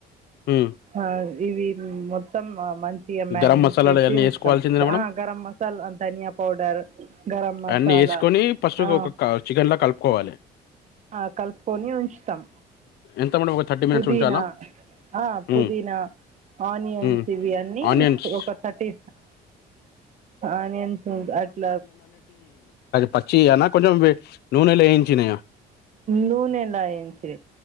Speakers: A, on the left (about 75°); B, on the right (about 45°).
A: హు
B: ఆ ఇవి మొత్తం మంచి గా <unintelligible>
A: గరం మసాలాలు
B: చేసి
A: అయన్నీ
B: వస్తాం
A: ఏసుకోవాల్సిందేనా మేడం?
B: ఆ గరం మసాల్ ధనియా పౌడర్ గరం మసాలా
A: అన్ని వేసుకొని ఫస్ట్
B: ఆ
A: ఒక చికెన్ లా కలుపుకోవాలి
B: ఆ కలుపుకొని ఉంచుతాం
A: ఎంత మేడం ఒక మినిట్స్
B: పుదీనా
A: ఉంచాలా?
B: ఆ
A: హ్మ్.
B: పుదీనా ఆనియన్స్
A: హ్మ్.
B: ఇవి అన్నీ
A: ఆనియన్స్
B: ఒక థర్టీ ఆనియన్ సూ అట్ల
A: పచ్చి అ కొంచెం నూనెలు ఏయించిన
B: నూనె ఎలా అంచి